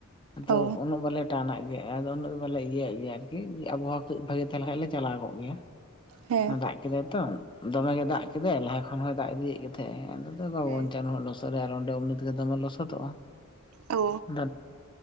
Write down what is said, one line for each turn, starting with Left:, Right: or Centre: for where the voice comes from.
Left: ᱟᱫᱚ
Right: ᱚ
Left: ᱩᱱᱟᱹᱜ ᱵᱟᱞᱮ ᱴᱟᱱᱟᱜ ᱜᱮᱭᱟ ᱟᱫᱚ ᱩᱱᱟᱹᱜ ᱫᱚ ᱵᱟᱞᱮ ᱤᱭᱟᱹᱣᱟᱜ ᱜᱮᱭᱟ ᱟᱨᱠᱤ᱾ ᱟᱵᱚᱦᱟᱣᱟ ᱠᱟᱹᱡ ᱵᱷᱟᱜᱮ ᱛᱟᱦᱮᱸ ᱞᱮᱱ ᱠᱷᱟᱱ ᱞᱮ ᱪᱟᱞᱟᱣ ᱠᱚᱜ ᱜᱮᱭᱟ
Right: ᱦᱮᱸ
Left: ᱫᱟᱜ ᱠᱮᱫᱟᱭ ᱛᱚ ᱫᱚᱢᱮ ᱜᱮ ᱫᱟᱜ ᱠᱮᱫᱟᱭ ᱞᱟᱦᱟ ᱠᱷᱚᱱ ᱦᱚᱭ ᱫᱟᱜ ᱤᱫᱤᱭᱮᱫ ᱜᱮ ᱛᱟᱦᱮᱸ-ᱮ ᱟᱫᱚ ᱵᱟᱵᱚᱱ
Right: ᱦᱮᱸ
Left: ᱪᱟᱞᱟ ᱱᱩᱱᱟᱹᱜ ᱞᱚᱥ᱾ <unintelligible> ᱟᱨ ᱚᱸᱰᱮ ᱚᱢᱱᱤ ᱛᱮᱜᱮ ᱫᱚᱢᱮ ᱞᱚᱥᱚᱫᱚᱜᱼᱟ ᱾
Right: ᱚ ᱾
Left: <unintelligible>